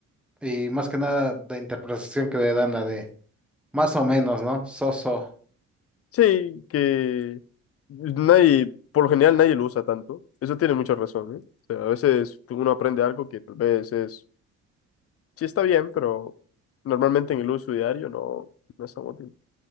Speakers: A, in the centre; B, on the left.
A: Y más que nada la interpretación que le dan la de más o menos, ¿no? Soso.
B: Sí, que nadie, por lo general nadie lo usa tanto. Eso tiene mucha razón, ¿eh? O sea, a veces uno aprende algo que tal vez es, sí está bien, pero normalmente en el uso diario no, no es tan útil.